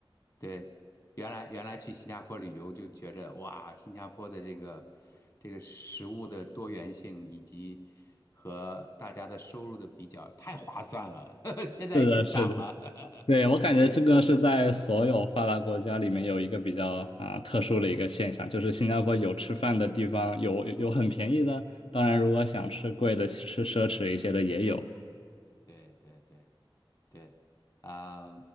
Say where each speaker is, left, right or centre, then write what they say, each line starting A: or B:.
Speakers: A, on the left; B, on the left.
A: 对。原来原来去新加坡旅游就觉着哇，新加坡的这个这个食物的多元性以及和大家的收入的比较太划算了，<laughs> 现在也涨了，
B: 是的，是的。
A: <laughs>
B: 对，我感觉这个是在所有发达国家里面有一个比较啊、
A: 也也涨。嗯，
B: 特殊的一个现象，就是新加坡有吃饭的地方，有有很便宜的，当然如果想吃贵的、
A: 对
B: 吃奢侈一些的也有。
A: 对对对。对，啊、